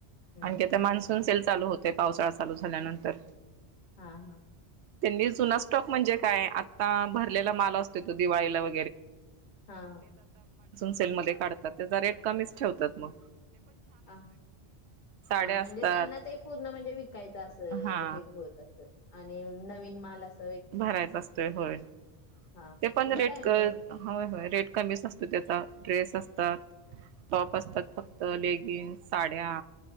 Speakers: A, on the left (about 45°); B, on the right (about 80°).
A: हम्म
B: आणखी त्या मान्सून से चालू होते, पावसाळा चालू झाल्यानंतर,
A: हा हा.
B: त्यांनी जुना स्टॉक म्हणजे काय? आता भरलेला माल असतो तो दिवाळीला <inaudible>
A: हा
B: सेल मध्ये काढतात त्याचा रेट कमीच ठेवतात मगं?
A: अ
B: साड्या
A: हा म्हणजे
B: असतात
A: त्यांना ते पूर्ण म्हणजे विकायचं असं
B: हा
A: हे होत अस आणि नवीन माल अस
B: भरायचा असतोय होय.
A: हा
B: ते पण
A: बरं
B: रेट
A: आहे मग
B: होय, हो रेट कमीच असतो त्याचा ड्रेस असतो. टॉप असतात, फक्त लेगिंग्स साड्या,